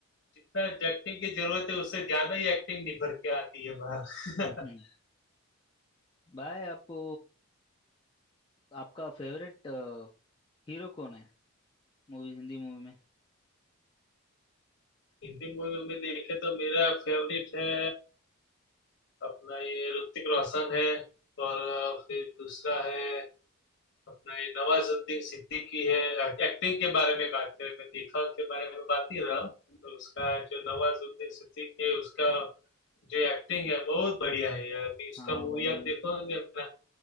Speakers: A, on the left; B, on the left.
A: जितना एक्टिंग की जरूरत है उससे ज्यादा ही एक्टिंग निभर के आती है बाहर
B: हम्म
A: <laughs>
B: हम्म। भाई आपको आपका फेवरेट हीरो कौन है मूवी हिंदी मूवी में
A: हिंदी मूवी में देखे तो मेरा फेवरेट है अपना ये ऋतिक रोशन है और अ, फिर दूसरा है अपना ये नवाजुद्दीन सिद्दीकी है एक्टिंग के बारे में बात करें मैं दिखाव के बारे में बात नहीं रहा तो उसका जो नवाजुद्दीन सिद्दीकी है उसका जो एक्टिंग है बहुत बढ़िया है यार अभी उसका
B: हाँ
A: मूवी
B: भाई
A: आप देखोगे ना